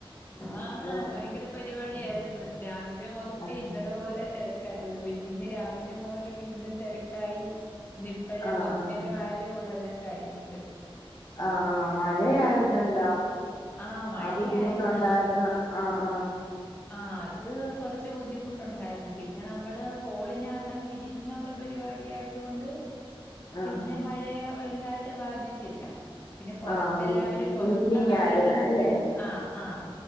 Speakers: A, on the left; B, on the left.
A: ആഹ്
B: ഏഹ്
A: ഭയങ്കര പരിവാടിയായിര്ന്ന് രാവിലെ മുതലേ
B: ആഹ്
A: ഇന്നലെ മുതലേ തെരക്കായിര്ന്നു പിന്നെയിന്ന് രാവിലെ മുതല് വീണ്ടും തെരക്കായി ഇന്നിപ്പെഴാ
B: ആഹ്
A: കൊറച്ചു
B: ആഹ്
A: നേരായതേയൊള്ളു എല്ലാം കഴിഞ്ഞിട്ട്
B: ആ ആ മഴയായിരുന്നല്ലോ
A: ആഹ് മഴയായിരുന്നു
B: ആ ബുദ്ധിമുട്ടുണ്ടായിര്ന്നോ? ആഹ് ആഹ്
A: ആ അത് കുറച്ച് ബുദ്ധിമുട്ടുണ്ടായിരുന്നു പിന്നെ നമ്മള് ഹാളിനകത്തങ്ങ് ഇരുന്നൊള്ള പ രിവാടി ആയതുകൊണ്ട് പിന്നെ
B: ആഹ്
A: മഴയെ വലുതായിട്ട് ബാധിച്ചില്ല പിന്നെ പുറത്തെല്ലാവരും
B: ആഹ് മീ
A: പൊറത്തെ
B: മീറ്റിംഗ്
A: കാര്യങ്ങളൊക്കെ
B: ആയിരുന്നു അല്ലേ
A: ആഹാ ആഹ്